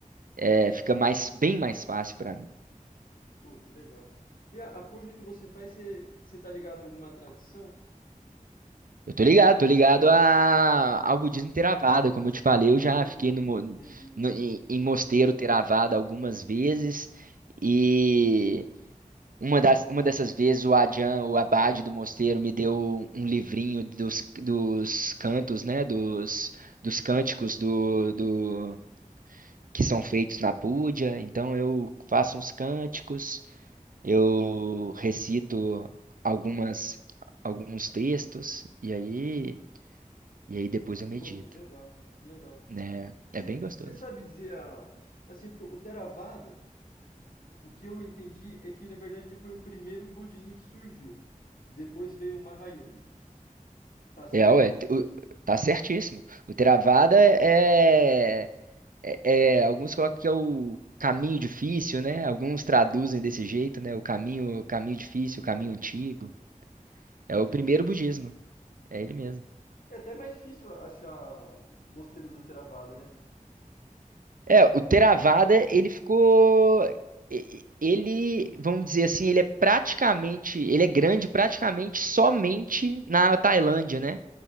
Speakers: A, on the right (about 75°); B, on the left (about 85°).
A: é, fica mais, bem mais fácil para mim.
B: Pô, que legal. E a, a puja que você faz, você, você tá ligado a alguma tradição?
A: Eu tô ligado, tô ligado a, ao budismo Theravada. Como eu te falei,
B: Ah,
A: eu já
B: entendi,
A: fiquei no, mo-
B: entendi.
A: no- em, em mosteiro Theravada algumas vezes e uma das, uma dessas vezes o Ajahn, o abade do mosteiro, me deu um livrinho dos, dos cantos, né, dos, dos cânticos do, do que são feitos na Púdia. Então eu faço uns cânticos, eu recito algumas alguns textos e aí e aí depois eu medito,
B: Pô, que legal, que legal.
A: né?
B: Você
A: É bem gostoso.
B: você sabe dizer a, assim, porque o Theravada, o que eu entendi é que na verdade ele foi o primeiro budismo que surgiu. Depois veio o Mahayana. Tá certo
A: É, ué,
B: isso?
A: t- o- tá certíssimo. O Theravada é, é, é- alguns colocam que é o caminho difícil, né? Alguns traduzem desse jeito, né? O caminho, o caminho difícil, o caminho antigo. É o
B: Entendi.
A: primeiro budismo, é ele mesmo.
B: É até mais difícil achar mosteiros do Theravada, né?
A: É, o Theravada, ele ficou e- e- ele, vamos dizer assim, ele é praticamente, ele é grande praticamente somente na Tailândia, né?